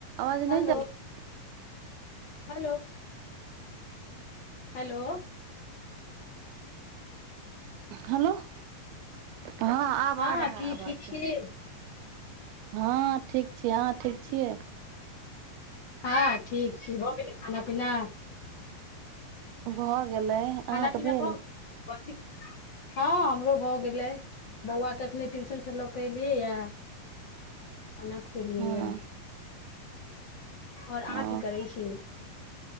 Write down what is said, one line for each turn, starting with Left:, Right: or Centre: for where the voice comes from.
Right: आवाज
Left: हेलो
Right: नहि जाइया
Left: हेलो हेलो
Right: हेलो हँ आब
Left: हँ
Right: आ रहा
Left: की
Right: है आवाज
Left: ठीक छी
Right: हँ ठीक छियै अहां ठीक छियै
Left: हँ ठीक की भऽ गेलै खाना पीना
Right: भ' गेलै अहाँके
Left: खाना पीना
Right: भेल
Left: भऽ गेल हँ हमरो भऽ गेलै बौआके एखने टुइसनसँ लऽ कऽ एलियैया अना खुएलियैया
Right: हँ
Left: ओर
Right: ओ
Left: अहाँ की करै छी